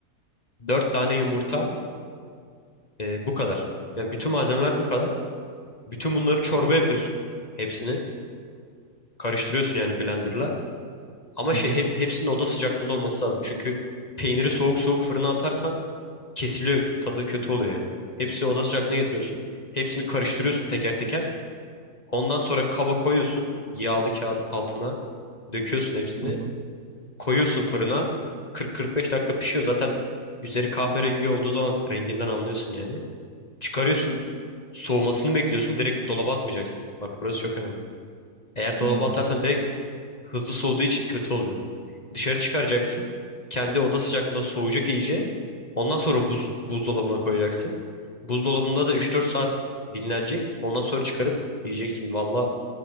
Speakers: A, on the left (about 30°); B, on the right (about 80°).
A: 4 tane yumurta e, bu kadar. Yani bütün malzemeler bu kadar. Bütün bunları çorba yapıyorsun. Hepsini karıştırıyorsun yani blenderla. Ama
B: Hı
A: şey
B: hı.
A: hep, hepsinin oda sıcaklığında olması lazım. Çünkü peyniri soğuk soğuk fırına atarsan kesiliyor. Tadı kötü oluyor yani. Hepsi oda sıcaklığına getiriyorsun. Hepsini karıştırıyorsun teker teker. Ondan sonra kaba koyuyorsun. Yağlı kağıdın altına. Döküyorsun hepsini.
B: Hı hı.
A: Koyuyorsun fırına. 40-45 dakika pişiyor. Zaten üzeri kahverengi olduğu zaman renginden anlıyorsun yani. Çıkarıyorsun. Soğumasını bekliyorsun. Direkt dolaba atmayacaksın. Bak burası çok önemli. Eğer dolaba
B: Hmm.
A: atarsan direkt hızlı soğuduğu için kötü oluyor. Dışarı çıkaracaksın. Kendi oda sıcaklığında soğuyacak iyice. Ondan sonra buz, buzdolabına koyacaksın. Buzdolabında da 3-4 saat dinlenecek. Ondan sonra çıkarıp yiyeceksin. Valla